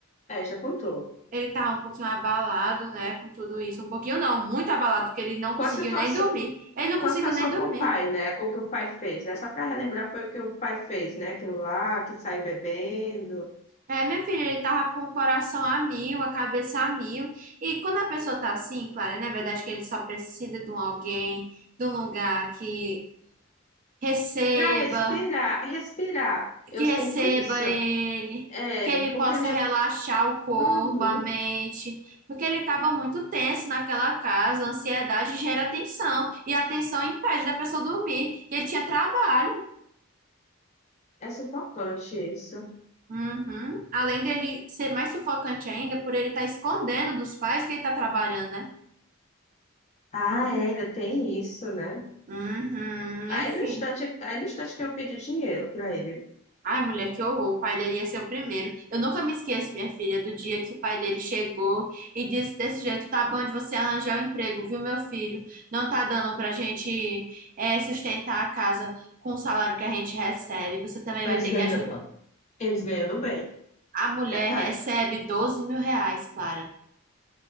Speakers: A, on the left; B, on the right.
A: É, já contou.
B: Ele tá um pouquinho abalado, né, com tudo isso. Um pouquinho não, muito abalado, porque ele não
A: Com
B: conseguiu
A: a situação,
B: nem dormir. Ele não conseguiu
A: com a situação
B: nem dormir.
A: com o pai, né? O que o pai fez, né? Só para relembrar, foi o que o pai fez, né? Aquilo lá, que saiu bebendo.
B: É, minha filha, ele tava com o coração a mil, a cabeça a mil. E quando a pessoa tá assim, Clara, não é verdade que ele só precisa de um alguém, de um lugar que receba,
A: Para respirar, respirar, eu
B: que receba
A: sinto isso.
B: ele,
A: É,
B: que ele
A: porque
B: possa
A: é meio.
B: relaxar o corpo,
A: Uhum,
B: a mente, porque ele estava muito tenso naquela casa, a ansiedade gera tensão, e a tensão impede da pessoa dormir, e ele tinha trabalho.
A: é sufocante isso.
B: Uhum. Além dele ser mais sufocante ainda, por ele estar escondendo dos pais que ele está trabalhando, né?
A: Ah, é, ainda tem isso, né?
B: Uhum, é,
A: Aí
B: filho.
A: no instante, aí no instante que eu pedi dinheiro para ele,
B: Ai, mulher, que horror. O pai dele ia ser o primeiro. Eu nunca me esqueço, minha filha, do dia que o pai dele chegou e disse desse jeito: tá bom de você arranjar um emprego, viu, meu filho? Não tá dando pra gente é, sustentar a casa com o salário que a gente recebe. Você também
A: eles
B: vai ter
A: ganhando,
B: que ajudar.
A: eles ganhando bem.
B: A mulher
A: Detalhe.
B: recebe doze mil reais, Clara.